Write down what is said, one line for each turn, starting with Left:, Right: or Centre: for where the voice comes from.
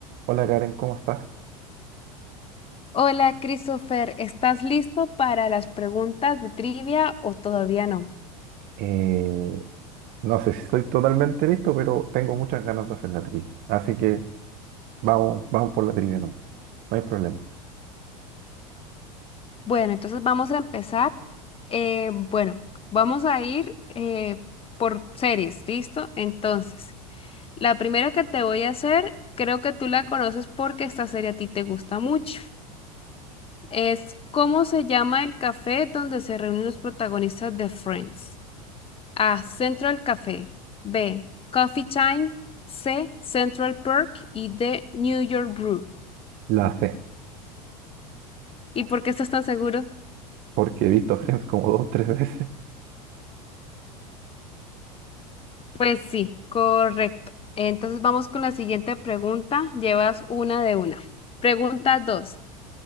Right: Hola Karen, ¿cómo estás?
Left: Hola, Christopher, ¿estás listo para las preguntas de trivia o todavía no?
Right: Eh, no sé si estoy totalmente listo, pero tengo muchas ganas de hacer la trivia. Así que vamos, vamos por la trivia, no, no hay problema.
Left: Bueno, entonces vamos a empezar. Eh, bueno, vamos a ir eh, por series, ¿listo? Entonces, la primera que te voy a hacer, creo que tú la conoces porque esta serie a ti te gusta mucho. Es ¿Cómo se llama el café donde se reúnen los protagonistas de Friends? A. Central Café. B. Coffee Time. C. Central Perk. Y D. New York Brew.
Right: La C,
Left: ¿Y por qué estás tan seguro?
Right: porque he visto <laughs> Friends como dos, tres veces.
Left: Pues sí, correcto. Entonces vamos con la siguiente pregunta. Llevas una de una. Pregunta 2.